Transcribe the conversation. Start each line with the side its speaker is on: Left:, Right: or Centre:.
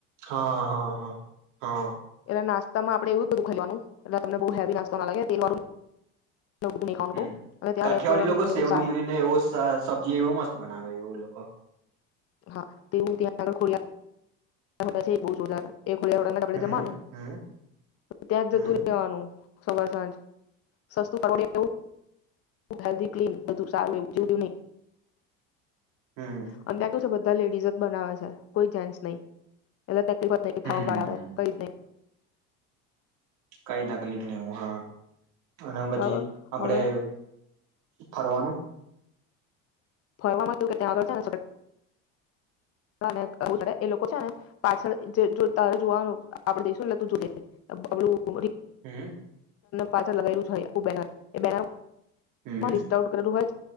Right: હા હા હા હા
Left: એટલે નાસ્તામાં આપણે એવું બધું ખાવાનું એટલે તમને બોવ હેવી નાસ્તા ના લાગે તેલ વાળું બધું નહી ખાવાનું
Right: હમ્મ
Left: બહુ અને ત્યાં
Right: કાઠિયાવાળડી
Left: રેસ્ટોરન્ટ
Right: લોકો
Left: બધું
Right: સેવ ડુંગળી
Left: સારું
Right: ને એવો સબ્જી એવો મસ્ત બનાવે એ લોકો
Left: હા, તેું ત્યાં આગળ ખોડિયાર હોટલ છે એ બોવ જોરદાર એ ખોડિયાર હોટલમા આપડે
Right: હમ
Left: જમાવાનું
Right: હમ
Left: ત્યાં જ
Right: હમ
Left: જતું રેવાનું સવાર સાંજ સસ્તું <unintelligible> હેલ્ધી ક્લીન બધું સારું એવું, જેવું બેવું નઈ
Right: હમ
Left: અને ત્યાં તો બધા લેડીઝજ બનાવે છે કોઈ જેન્ટ્સ નઈ એટલે <unintelligible> ખાવામા
Right: હમ
Left: વાળ આવે કઈજ નઈ
Right: કઈ તકલીફ નહી ઉ હા અને પછી
Left: બરાબર
Right: આપડે
Left: હવે
Right: ફરવાનું
Left: ફરવામાં કેવું કે ત્યાં આગળ છેને <unintelligible> એ લોકો છે ને પાછળ જે જો તારે જોવાનું આપડે જઈશું લે તું જોજે <unintelligible>
Right: હમ્મ.
Left: પાછળ લગેલું છે આખું બેનર એ બેનર
Right: હમ
Left: લિસ્ટ આઉટ કરેલું હોય